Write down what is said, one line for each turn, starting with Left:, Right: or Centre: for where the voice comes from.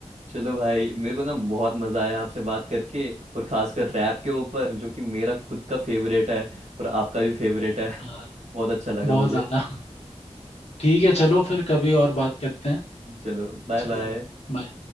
Right: चलो भाई मेरे को ना बहुत मजा आया आपसे बात करके और खासकर रैप के ऊपर जो कि मेरा खुद का फेवरेट है और आपका भी फेवरेट है
Left: हाँ
Right: <laughs> बहुत अच्छा लगा
Left: बहुत
Right: मुझे
Left: ज्यादा <laughs> ठीक है
Right: <laughs>
Left: चलो फिर कभी और बात करते हैं
Right: चलो बाय
Left: चलो
Right: बाय
Left: bye।